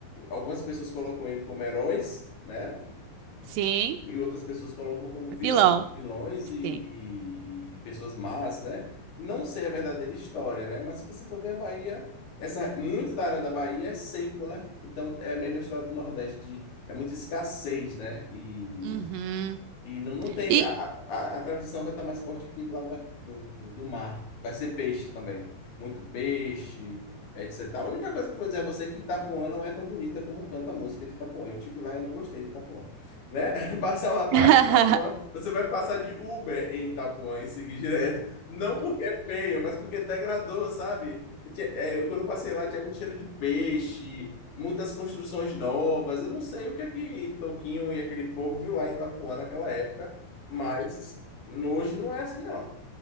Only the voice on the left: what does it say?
Algumas pessoas colocam ele como heróis, né?
E outras pessoas colocam como vilão,
vilões e, e-
e pessoas más, né? Não sei a verdadeira história, né? Mas se você for ver a Bahia, essa, muito da área da Bahia é seco, né? Então é a mesma história do Nordeste, de, é muita escassez, né? E
e não, não tem.
A, a, a tradição vai estar mais forte aqui do lado da- do, do, do mar. Vai ser peixe também. Muito peixe, etc. A única coisa que eu vou dizer a você é que Itapuã não é tão bonita como canta a música de Itapuã. Eu tive lá e eu não gostei de Itapuã. Né? <laughs> Passar uma tarde
em Itapuã, você vai passar de Uber em Itapuã e seguir direto. Não porque é feio, mas porque degradou, sabe? Tinha- é, eu- quando eu passei lá, tinha muito cheiro de peixe, muitas construções novas. Eu não sei o que é que Toquinho e aquele povo viu lá em Itapuã naquela época, mas hoje não é assim, não.